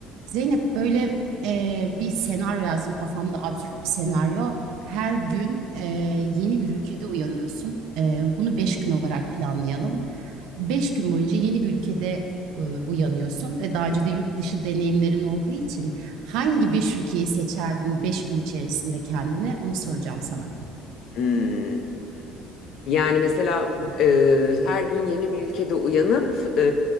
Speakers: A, on the right; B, on the left.
A: Zeynep böyle e, bir senaryo yazdım kafamda absürt bir senaryo. Her gün e, yeni bir ülkede uyanıyorsun. E, bunu beş gün olarak planlayalım. Beş gün boyunca yeni bir ülkede e, uyanıyorsun ve daha önce de yurt dışı deneyimlerin olduğu için hangi beş ülkeyi seçerdin beş gün içerisinde kendine onu soracağım sana.
B: Hmm. Yani mesela e, her gün yeni bir ülkede uyanıp e,